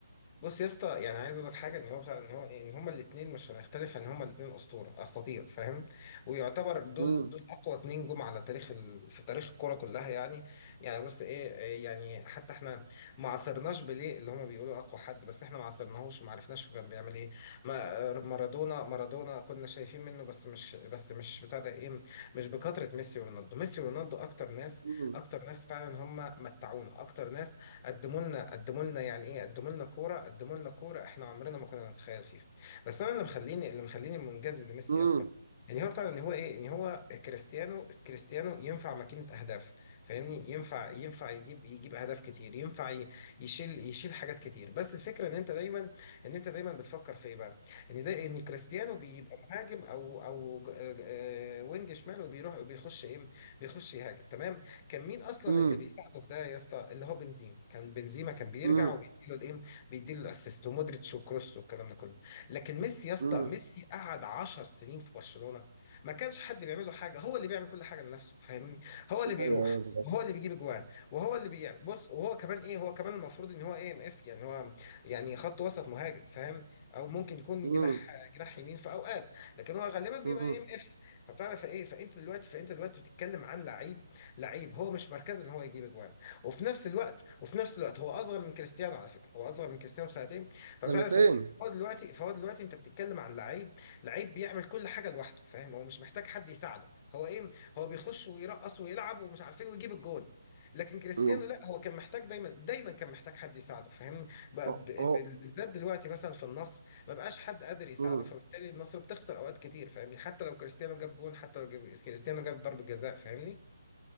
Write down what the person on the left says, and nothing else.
بص يا اسطى يعني عايز اقول لك حاجه ان هو بتاع ان هو إيه، ان هما الاثنين مش هنختلف ان هما الاثنين اسطوره اساطير فاهم ويعتبر دول
دول اقوى اتنين جم على تاريخ ال... في تاريخ الكوره كلها يعني يعني بس ايه إيه يعني حتى احنا ما عاصرناش بيليه اللي هما بيقولوا اقوى حد بس احنا ما عاصرناهوش ما عرفناش هو كان بيعمل ايه ما مارادونا مارادونا كنا شايفين منه بس مش بس مش بتاع ده ايه مش بكثره ميسي ورونالدو ميسي ورونالدو اكتر ناس
اكتر ناس فعلا هما متعونا اكتر ناس قدموا لنا قدموا لنا يعني ايه قدموا لنا كوره قدموا لنا كوره احنا عمرنا ما كنا نتخيل فيها بس انا اللي مخليني اللي مخليني منجذب لميسي
يا اسطى يعني هو بتاع ان هو ايه ان هو كريستيانو كريستيانو ينفع ماكينه اهداف فاهمني ينفع ينفع يجيب يجيب اهداف كتير ينفع ي- يشيل يشيل حاجات كتير بس الفكره ان انت دايما ان انت دايما بتفكر في ايه بقى ان ده ان كريستيانو بيبقى مهاجم او او ج- آه، وينج شمال وبيروح وبيخش ايه بيخش يهاجم تمام كان مين اصلا
اللي بيساعده في ده يا اسطى اللي هو بنزيما كان بنزيما كان بيرجع
وبيديله الايه بيديله الاسيست ومودريتش وكروس والكلام ده كله لكن ميسي يا اسطى
ميسي قعد 10 سنين في برشلونة ما كانش حد بيعمل له حاجه هو اللي بيعمل كل حاجه لنفسه فاهمني هو اللي بيروح
وهو اللي بيجيب اجوان وهو اللي بيعمل بص وهو كمان ايه هو كمان المفروض ان هو اي ام اف يعني هو يعني خط وسط مهاجم فاهم او ممكن يكون
جناح جناح يمين في اوقات لكن هو غالبا بيبقى
اي ام اف فبتعرف ايه فانت دلوقتي فانت دلوقتي بتتكلم عن لعيب لعيب هو مش مركزه ان هو يجيب اجوان وفي نفس الوقت وفي نفس الوقت هو اصغر من كريستيانو على فكره هو اصغر من كريستيانو بسنتين فبتعرف
ايه فهو دلوقتي فهو دلوقتي انت بتتكلم عن لعيب لعيب بيعمل كل حاجه لوحده فاهم هو مش محتاج حد يساعده هو ايه هو بيخش ويرقص ويلعب ومش عارف ايه ويجيب الجون لكن كريستيانو
لا هو كان محتاج دايما دايما كان محتاج حد يساعده فاهمني بقى
ب- ب-
بالذات دلوقتي مثلا في النصر ما بقاش حد قادر يساعده
فبالتالي النصر بتخسر اوقات كتير فاهمني حتى لو كريستيانو جاب جون حتى لو جاب كريستيانو جاب ضربة جزاء فاهمني